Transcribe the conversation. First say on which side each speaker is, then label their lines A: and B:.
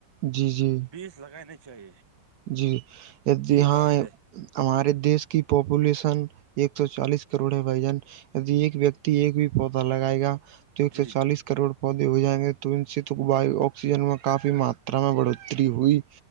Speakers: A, on the right; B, on the right.
A: جی جی
B: بیس لگانے چاہیے
A: <unintelligible>
B: یہی بات ہے
A: ہمارے دیش کی پاپولیشن ایک سو چالیس کروڑ ہے بھائی جان ایک ویک ایک بھی پودا لگائے گا تو ایک
B: جی
A: سو چالیس کا کروڑ پودے ہو جائیں گے تو ان سے تو باائیو آکسیجن میں کافی ماترا میں بڑوتری ہوئی